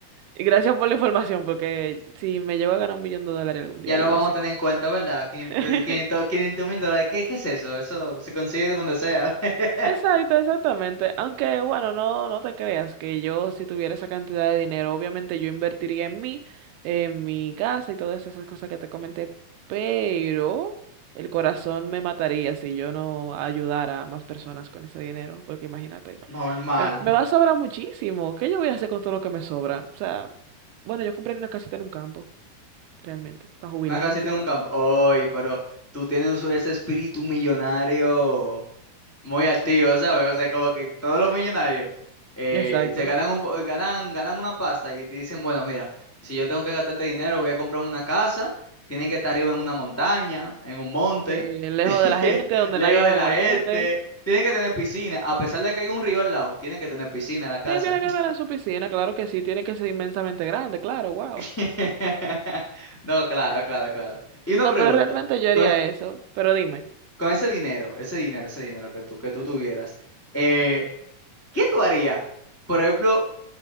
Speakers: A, on the right (about 80°); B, on the left (about 20°).
A: y gracias por la información, porque si me llevo a ganar un millón de dólares algún día,
B: Ya
A: ya
B: lo vamos
A: yo sé
B: a tener
A: que sé.
B: en cuenta, ¿verdad? 500,
A: <laughs>
B: 500, 500 mil dólares. ¿Qué, qué es eso? Eso se consigue donde sea. <laughs>
A: Exacto, exactamente. Aunque, bueno, no, no te creas que yo si tuviera esa cantidad de dinero, obviamente yo invertiría en mí, en mi casa y todas esas cosas que te comenté, pero el corazón me mataría si yo no ayudara a más personas con ese dinero, porque imagínate.
B: Normal.
A: Eh, Me va a sobrar muchísimo. ¿Qué yo voy a hacer con todo lo que me sobra? O sea, bueno, yo compré una casita en un campo, realmente, para jubilarme,
B: Una casita
A: tú sabes.
B: en un campo. Oy, pero tú tienes ese espíritu millonario. muy activo, ¿sabes? O sea, como que todos los millonarios eh,
A: Exacto.
B: se ganan un po- ganan, ganan una pasta y te dicen, bueno, mira, si yo tengo que gastar este dinero, voy a comprarme una casa, tienen que estar arriba en una montaña, en un monte,
A: Sí, lejos
B: <laughs>
A: de la gente, donde
B: lejos
A: nadie
B: de
A: me
B: la
A: moleste.
B: gente, tienen que tener piscina, a pesar de que hay un río al lado, tiene que tener piscina en la casa.
A: Sí, tiene que tener su piscina, claro que sí, tiene que ser inmensamente grande, claro, wow.
B: <laughs> No, claro, claro, claro. Y una
A: No,
B: pregunta,
A: pero realmente yo haría
B: con,
A: eso. Pero dime.
B: con ese dinero, ese dinero, ese dinero que tú, que tú tuvieras, eh, ¿qué tú harías? Por ejemplo,